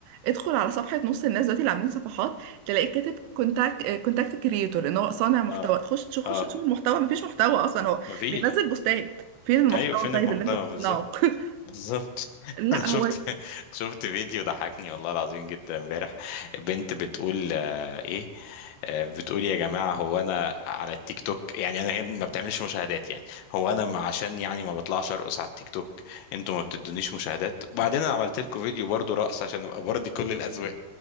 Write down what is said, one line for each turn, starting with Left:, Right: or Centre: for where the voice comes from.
Right: ادخل على صفحة نص الناس دلوقتي اللي عاملين صفحات تلاقيك كاتب كونتاكت كونتاكت كريتور ان هو صانع محتوى
Left: اه
Right: خش تشوف- خش
Left: اه
Right: تشوف المحتوى مفيش محتوى اصلا هو
Left: مفيش
Right: بينزل بوستات فين المحتوى
Left: ايوه فين
Right: طيب
Left: المحتوى
Right: اللي انت بتصنعه
Left: بالظبط
Right: <laughs>
Left: بالظبط <laughs>
Right: لا
Left: انا شفت
Right: هو
Left: شفت فيديو ضحكني والله العظيم جدا امبارح بنت بتقول آه، ايه آه، بتقول يا جماعه هو انا على التيك توك يعني انا هي ما بتعملش مشاهدات يعني هو انا ما- عشان يعني ما بطلعش ارقص على التيك توك انتوا ما بتدونيش مشاهدات وبعدين انا عملت لكم فيديو برضو رقص عشان ابقى برضي كل الاذواق